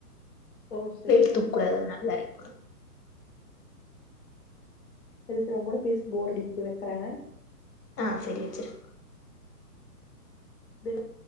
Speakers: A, on the left; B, on the left.
A: ஓ சரி
B: வெயிட்
A: சரி
B: தூக்ககூடாது அதனால வேலைக்கு போறது
A: செரி செரி உங் கூட பேச போர் அடிக்குது வைக்கறேன்
B: ஆ செரி வச்சுரு
A: <unintelligible>